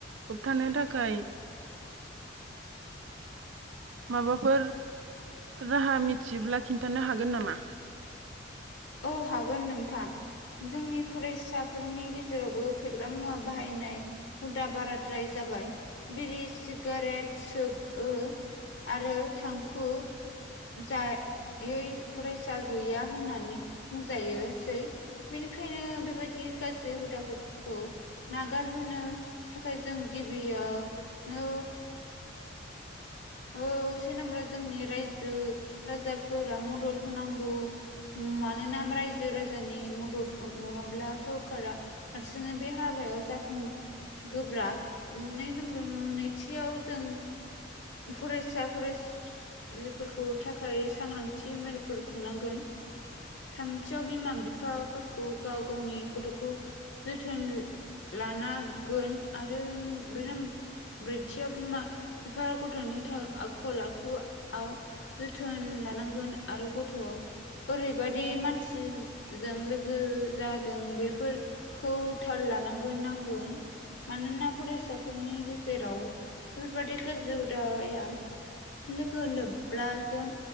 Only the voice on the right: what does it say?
होबथानो थाखाय माबाफोर राहा मिथियोब्ला खिन्थानो हागोन नामा?